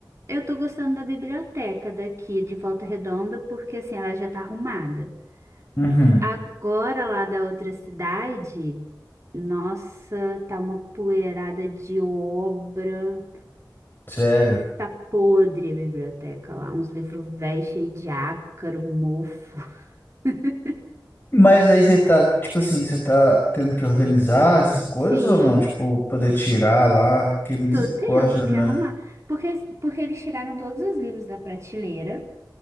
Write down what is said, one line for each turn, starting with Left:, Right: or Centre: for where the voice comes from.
Right: eu tô gostando da biblioteca daqui de Volta Redonda, porque assim, ela já tá arrumada.
Left: uhum,
Right: Agora lá da outra cidade, nossa, tá uma poeirada de obra.
Left: sério.
Right: Tá podre a biblioteca lá, uns livros velhos cheios de ácaro, mofo. <laughs>
Left: Mas aí você tá, tipo assim, você tá tendo que organizar essas coisas
Right: Sim.
Left: ou não? Tipo, poder tirar lá, porque misericórdia,
Right: Tô tendo que
Left: né?
Right: arrumar. Porque, porque eles tiraram todos os livros da prateleira